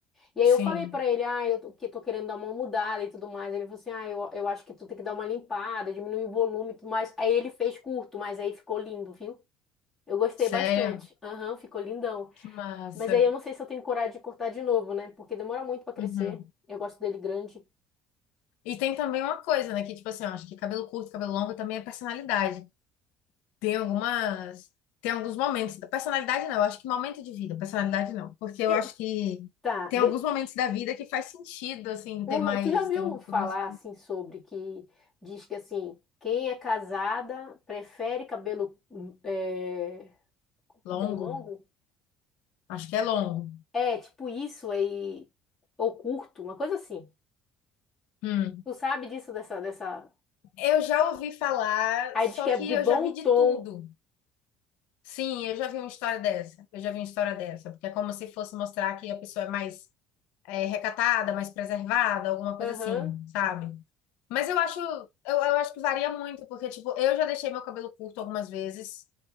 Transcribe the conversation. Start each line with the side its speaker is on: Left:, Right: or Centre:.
Centre: E aí
Left: sim.
Centre: eu falei pra ele, ah, eu tô- que tô querendo dar uma mudada e tudo mais. Ele falou assim, ah, eu, eu acho que tu tem que dar uma limpada, diminuir o volume e tudo mais. Aí ele fez curto, mas aí ficou lindo, viu? Eu gostei
Left: Sério?
Centre: bastante. Aham, ficou lindão.
Left: Que massa.
Centre: Mas aí eu não sei se eu tenho coragem de cortar de novo, né? Porque demora muito pra crescer.
Left: Uhum.
Centre: Eu gosto dele grande.
Left: E tem também uma coisa, né? Que, tipo assim, eu acho que cabelo curto, cabelo longo também é personalidade. Tem algumas. Tem alguns momentos. Personalidade não, eu acho que momento de vida, personalidade não. Porque eu
Centre: E,
Left: acho que
Centre: tá,
Left: tem alguns momentos da vida que faz sentido, assim,
Centre: Uhum.
Left: ter mais.
Centre: Tu já ouviu
Left: Ter um cabelo
Centre: falar
Left: mais
Centre: assim sobre que diz que assim, quem é casada prefere cabelo é,
Left: longo.
Centre: cabelo longo?
Left: Acho que é longo.
Centre: É, tipo isso aí ou curto, uma coisa assim.
Left: Hum.
Centre: Tu sabe disso dessa dessa
Left: Eu já ouvi falar,
Centre: Aí
Left: só
Centre: diz que
Left: que
Centre: é de
Left: eu
Centre: bom
Left: já vi de
Centre: tom.
Left: tudo. Sim, eu já vi uma história dessa. Eu já vi uma história dessa. Porque é como se fosse mostrar que a pessoa é mais. eh, recatada, mais preservada, alguma coisa
Centre: Aham.
Left: assim, sabe? Mas eu acho, eu, eu acho que varia muito, porque, tipo, eu já deixei meu cabelo curto algumas vezes,